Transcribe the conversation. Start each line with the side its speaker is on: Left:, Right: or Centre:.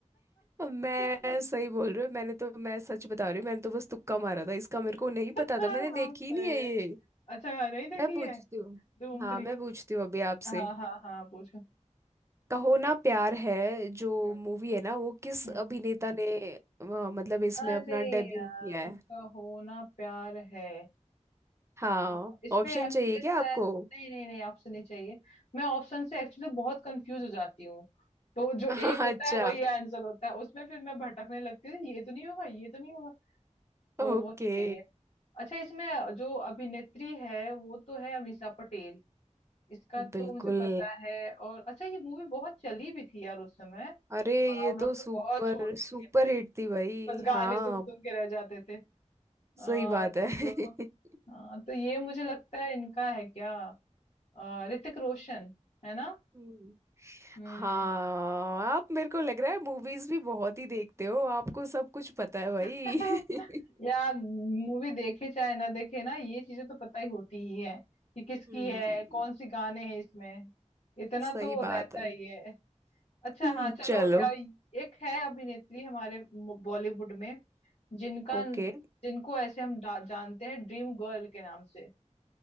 Right: मैं
Left: हाँ
Right: सही बोल रही हूँ मैंने तो मैं सच बता रही हूँ मैंने तो बस तुक्का मारा था इसका मेरे को नहीं पता
Left: सही
Right: था मैंने देखी ही नहीं है
Left: है
Right: ये
Left: अच्छा नहीं देखी
Right: मैं पूछती
Left: है
Right: हूँ
Left: धूम
Right: हाँ
Left: थ्री
Right: मैं पूछती हूँ अभी आपसे
Left: हाँ हाँ हाँ पूछो
Right: कहो ना प्यार है जो
Left: हम्म
Right: मूवी है ना वो किस
Left: हम्म।
Right: अभिनेता ने अ, मतलब इसमें
Left: अरे
Right: अपना डेब्यू
Left: यार
Right: किया है
Left: कहो ना प्यार है
Right: हाँ
Left: अ, इसमें
Right: ऑप्शन
Left: एक्ट्रेस
Right: चाहिए क्या
Left: है
Right: आपको
Left: नहीं नहीं नहीं ऑप्शन नहीं चाहिए मैं ऑप्शन से एक्चुअली बहुत कंफ्यूज हो जाती हूँ तो जो
Right: <laughs>
Left: एक होता
Right: अच्छा
Left: है वही आंसर होता है उसमें फिर मैं भटकने लगती हूँ ये तो नहीं होगा ये तो नहीं होगा तो
Right: ओके
Left: वो नहीं चाहिए अच्छा इसमें जो अभिनेत्री है वो तो है अमीषा पटेल इसका तो
Right: बिल्कुल
Left: मुझे पता है और अच्छा ये मूवी बहुत चली भी थी यार उस समय
Right: अरे
Left: और
Right: ये
Left: हम
Right: तो
Left: लोग
Right: सुपर
Left: तो बहुत छोटे
Right: सुपर
Left: थे भाई
Right: हिट थी भाई
Left: बस गाने
Right: हाँ
Left: सुन सुन के रह जाते थे आ,
Right: सही बात है
Left: तो
Right: <laughs>
Left: आ, तो ये मुझे लगता है इनका है क्या आ, ऋतिक रोशन है ना
Right: हम्म।
Left: हम्म
Right: हाँ आप मेरे को लग रहा है मूवीज भी बहुत ही देखते हो आपको सब कुछ पता है भाई
Left: <laughs>
Right: <laughs>
Left: यार मूवी देखे चाहे ना देखे ना ये चीजें तो पता ही होती ही है कि किसकी
Right: हम्म
Left: है कौन सी गाने हैं इसमें इतना
Right: सही
Left: तो रहता
Right: बात है
Left: ही
Right: <laughs>
Left: है अच्छा
Right: हम्म,
Left: हाँ चलो
Right: चलो
Left: अ, एक है अभिनेत्री हमारे मो- बॉलीवुड में जिनका
Right: ओके
Left: जिनको ऐसे हम डा- जानते हैं ड्रीम गर्ल के नाम से